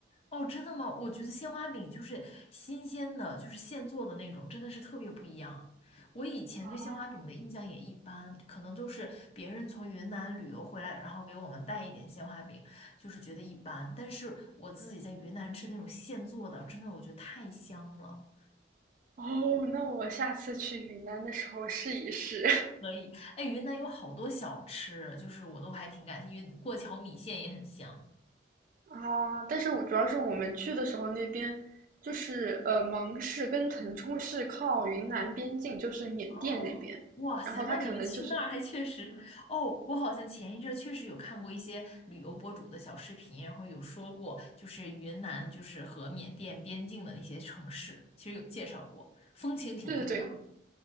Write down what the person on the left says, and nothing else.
哦，真的吗？我觉得鲜花饼就是新鲜的，就是现做的那种，真的是特别不一样。我以前对鲜花饼的印象也一般，
可能就是别人从云南旅游回来，然后给我们带一点鲜花饼，就是觉得一般。但是我自己在云南吃那种现做的，真的我觉得太香了。
可以。哎，云南有好多小吃，就是我都还挺感兴趣，云过桥米线也很香。
哦，哇塞，
那你们去那儿还确实，哦，我好像前一阵儿确实有看过一些旅游博主的小视频，然后有说过，就是云南就是和缅甸边境的那些城市，其实有介绍过，风情挺不一样的。